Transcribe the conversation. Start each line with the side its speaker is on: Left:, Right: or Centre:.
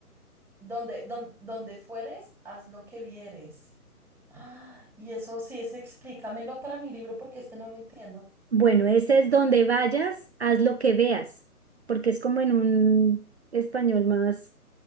Centre: Donde, don- donde fueres, haz lo que vieres. Ah, y eso sí es, explícamelo para mi libro porque este no lo entiendo.
Right: Bueno, ese es donde vayas, haz lo que veas, porque es como en un español más